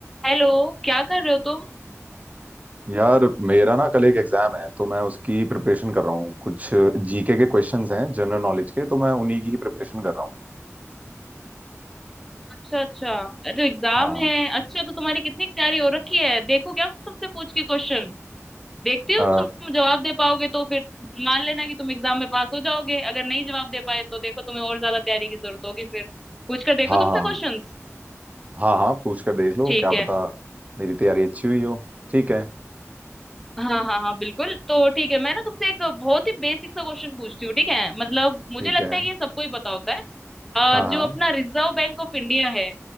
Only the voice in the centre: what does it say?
Hello क्या कर रहे हो तुम
अच्छा अच्छा अरे एग्जाम
है अच्छा तो तुम्हारी कितनी तैयारी हो रखी है देखो क्या तुमसे पूछ के क्वेश्चन देखती हो
कि तुम जवाब दे पाओगे तो फिर मान लेना कि तुम एग्जाम में पास हो जाओगे अगर नहीं जवाब दे पाए तो देखो तुम्हें और ज्यादा तैयारी की जरूरत होगी फिर पूछ कर देखो
तुमसे
क्वेश्चंस
ठीक
है
हाँ हाँ हाँ बिल्कुल तो ठीक है मैं ना तुमसे एक बहुत ही बेसिक सा क्वेश्चन पूछती हूँ ठीक है मतलब मुझे
लगता
है कि ये सबको ही पता होता है अ,
जो
अपना रिजर्व बैंक ऑफ इंडिया है